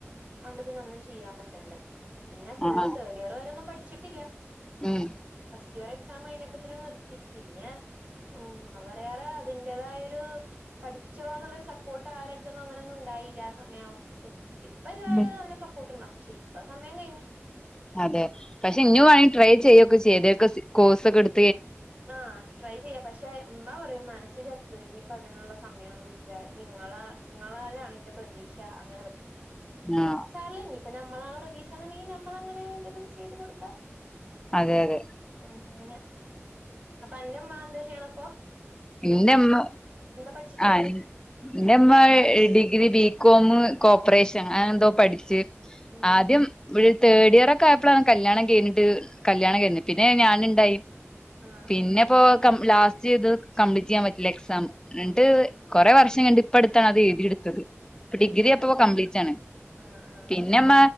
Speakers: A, on the right (about 30°); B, on the left (about 15°).
A: അതുകൊണ്ടു പിന്നെ ഒന്നും ചെയ്യാൻ പറ്റാണ്ടായി പിന്നെ ഫുള്ള്
B: ആഹ്
A: തേഡ് ഇയർ വരെ ഒന്നും പഠിച്ചി പച്ചിട്ടില്ല
B: ഉം
A: ഫസ്റ്റിയർ എക്സാംകഴിഞ്ഞപ്പോ തന്നെ നിർത്തി പിന്നെ ഉം പറയാറ അതിന്റെ തായരു പഠിച്ചോന്നുള്ളരു സപ്പോർട്ട് ആരടുത്തൊന്നും അങ്ങനൊന്നും ഉണ്ടായില്ല ആ സമയാവുമ്പോ ഇപ്പോ നല്ല
B: ഉം
A: സപ്പോർട്ടുണ്ടമ്മച്ചി ഇപ്പൊ സമയം കഴിഞ്ഞു
B: അതെ പക്ഷെ ഇന വേണെങ്കിൽ ട്രൈ ചെയ്യുകൊക്ക ചെയ്തക്കെ കോഴസ് ഒക്കെ എടു
A: ആ ട്രൈ ചെയ്യ പക്ഷെ ഉമ്മ പറയും മനസ്സ് ചത്തു ഇനിയിപ്പോ അതിനുള്ള സമയമൊന്നുമല്ല നിങ്ങളാ നിങ്ങളാലാണ് എന്റെ ന്റെ പ്രതീക്ഷ അങ്ങനെ പറ്റ
B: ആഹ്
A: ചല നി ഇപ്പ നമ്മളാണ് പ്രതീക്ഷുണ്ടെങ്കിൽ നമ്മൾ അങ്ങനെ എന്തെങ്കിലും ചെയ്ത് കൊടുക്കാം
B: അതെ അതെ
A: അങ്ങനെ അപ്പൊ അന്റെമ്മ എന്ത ചെയ്യണപ്പൊ
B: എന്റെമ്മ
A: പഠിച്ചിട്ടുള്ളത്
B: ആ എന്റെമ്മ ഡിഗ്രി ബി- കോമ കോപ്പറേഷൻ അ ങ്ങനെ ന്തോ പഠിച്ച്
A: ഉം
B: ആദ്യം വി- തേർഡ് ഇയറോക്കെ ആയപ്പോഴാണ് കല്യാണം കഴഞ്ഞിട്ട് കല്യാണം കഴുന്നത് പിന്നെ ഞാാനുണ്ടായി
A: ആ
B: പിന്നെപ്പോ ലാസ്റ്റ് ചെയ്ത് കംപ്ലീറ്റ് ചെയ്യാൻ പറ്റില്ല എക്സാം ണ്ട് കൊറെേ വർഷം കഴിഞ്ഞിട്ട് ഇപ്പടുത്താണ് അത് എഴുതിയെടുത്തത് ഡിഗ്രി
A: അത്
B: അപ്പ
A: ശ
B: കംപ്ലീറ്റ് ആണ്
A: ആഹ് ആഹ്
B: പിന്നെമ്മ